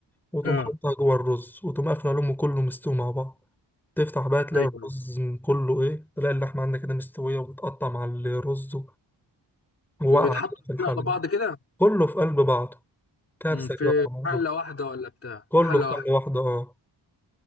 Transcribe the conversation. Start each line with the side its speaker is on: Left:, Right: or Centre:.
Centre: وتقوم
Left: اه
Centre: حاطها جوه الرز وتقوم قافل عليهم كله مستوي مع بعض تفتح بقى تلاقي
Left: ايوه
Centre: الرز كله ايه تلاقي اللحمة عندك كده مستوية وبتقطع مع الرز وواقعة
Left: ويتحطوا
Centre: كده في الحلة
Left: كده على بعض كده
Centre: كله في قلب بعضه كبسة
Left: مم، في
Centre: كده مع بعضه
Left: حله واحده ولا بتاع
Centre: كله
Left: في حله
Centre: في
Left: واحده
Centre: حلة واحدة اه